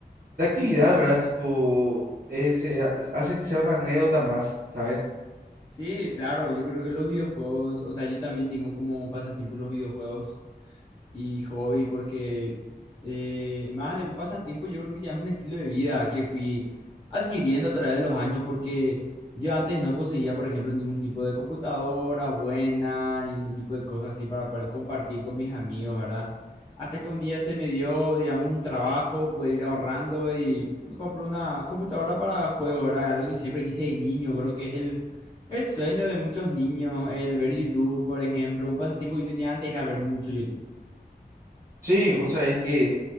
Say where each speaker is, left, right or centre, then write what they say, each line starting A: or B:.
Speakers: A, on the right (about 60°); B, on the left (about 25°).
A: de actividad, ¿verdad? Tipo, eh, se ha- hace que sea una anécdota más, ¿sabes?
B: Sí, claro, yo creo que los videojuegos, o sea, yo también tengo como pasatiempo los videojuegos y hobby porque eh, más de un pasatiempo yo creo que ya es un estilo de vida que fui adquiriendo a través de los años porque yo antes no poseía, por ejemplo, ningún tipo de computadora buena, ningún tipo de cosas así para poder compartir con mis amigos, ¿verdad? Hasta que un día se me dio, digamos, un trabajo, poder ir ahorrando y me compré una computadora para juegos, ¿verdad? Algo que siempre quise de niño, creo que es el el sueño de muchos niños, el ver YouTube, por ejemplo, un pasatiempo que yo tenía antes era ver mucho YouTube.
A: Sí, vos sabés que